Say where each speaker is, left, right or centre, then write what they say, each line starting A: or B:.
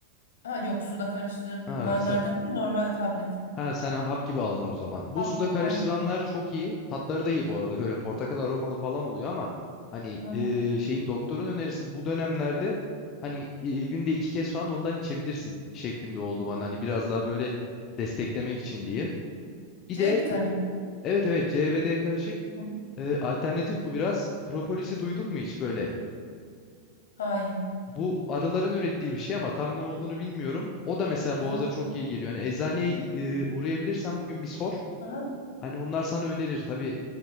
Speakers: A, on the left; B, on the left.
A: Ha yok suda karıştırılanlardan
B: Ha sen,
A: değil normal tablet.
B: ha sen hap gibi aldın o zaman.
A: Hap
B: Bu suda
A: hap
B: karıştıranlar
A: aynı.
B: çok iyi. Tatları da iyi bu arada. Böyle portakal aromalı falan oluyor ama hani
A: Aha.
B: e, şeyin doktorun önerisi bu dönemlerde hani e, günde iki kez falan ondan içebilirsin şeklinde oldu bana. Hani biraz daha böyle desteklemek için diyeyim. Bir
A: C
B: de
A: vitamini.
B: t- evet evet CBD karışık
A: Hı hı.
B: E, alternatif bu biraz. Propolis'i duydun mu hiç böyle?
A: Hayır.
B: Bu arıların ürettiği bir şey ama tam ne olduğunu bilmiyorum. O da mesela
A: Ha.
B: boğaza çok iyi geliyor. Hani eczaneye e, uğrayabilirsen bugün bir sor.
A: Aha.
B: Hani onlar sana önerir. Tabii